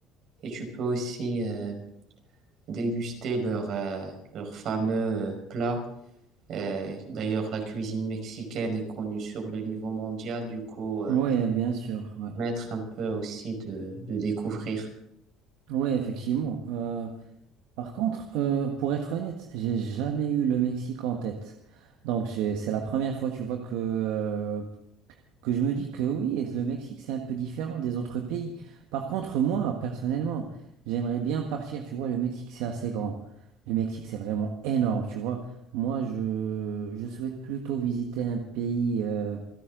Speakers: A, on the right; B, on the right.
A: et tu peux aussi euh, déguster leur, euh, leur fameux euh, plat euh, d'ailleurs, la cuisine mexicaine est connue sur le niveau mondial, du coup, euh,
B: Ouais, bien sûr. Ouais,
A: mettre un peu aussi de, de découvrir.
B: Ouais, effectivement. Euh, par contre, euh, pour être honnête, j'ai jamais eu le Mexique en tête. Donc, j'ai- c'est la première fois, tu vois, que, euh, que je me dis que oui, le Mexique, c'est un peu différent des autres pays. Par contre, moi, personnellement, j'aimerais bien partir. Tu vois, le Mexique, c'est assez grand. Le Mexique, c'est vraiment énorme, tu vois. Moi, je, je souhaite plutôt visiter un pays. euh,